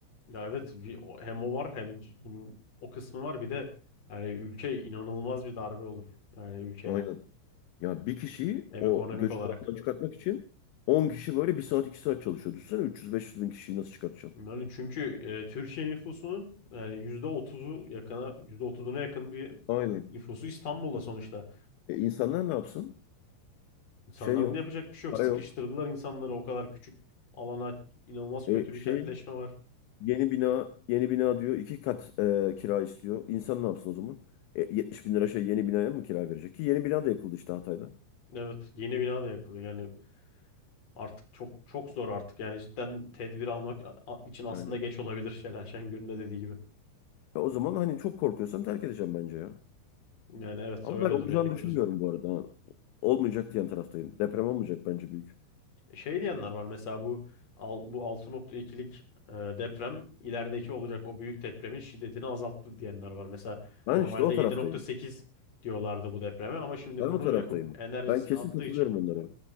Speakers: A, on the left (about 35°); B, on the left (about 75°).
A: Ya evet bir, o- hem o var hem c- bunun o kısmı var bir de yani ülke inanılmaz bir darbe olur yani ülkeye
B: Aynen. Ya bir kişiyi
A: hem
B: o
A: ekonomik
B: göçük
A: olarak.
B: altından çıkartmak için 10 kişi böyle bir saat 2 saat çalışıyor. Düşünsene 300-500 bin kişiyi nasıl çıkartacaksın?
A: Yani çünkü e, Türkiye nüfusunun yani yüzde otuzu yakına yüzde otuzuna yakın bir
B: Aynen.
A: nüfusu İstanbul'da sonuçta.
B: E, insanlar ne yapsın?
A: İnsanların
B: Şey yok.
A: da yapacak bir şey yok.
B: Para
A: Sıkıştırdılar
B: yok.
A: insanları o kadar küçük alana inanılmaz
B: E,
A: kötü
B: şey
A: bir kentleşme var.
B: yeni bina yeni bina diyor. iki kat e, kira istiyor. İnsan ne yapsın o zaman? E, 70 bin lira şey yeni binaya mı kira verecek? Ki yeni bina da yakıldı işte Hatay'da.
A: Evet yeni bina da yakılıyor yani artık çok çok zor artık yani cidden tedbir almak a- a- için aslında
B: Yani.
A: geç olabilir Şelal Şengör'ün de dediği gibi.
B: E, o zaman hani çok korkuyorsan terk edeceğim bence ya.
A: Yani evet
B: Ama
A: öyle
B: ben olacağını
A: duruyor tek
B: düşünmüyorum
A: çözüm.
B: bu arada. Olmayacak diyen taraftayım. Deprem olmayacak bence büyük.
A: Şey diyenler var mesela bu al- bu altı nokta ikilik e, deprem ilerideki olacak o büyük depremin şiddetini azalttı diyenler var. Mesela
B: Ben
A: normalde
B: işte o
A: yedi
B: taraftayım.
A: nokta sekiz diyorlardı bu depreme ama şimdi
B: Ben
A: bunu
B: o taraftayım.
A: yapıp enerjisini
B: Ben kesin
A: attığı
B: katılıyorum
A: için
B: onlara.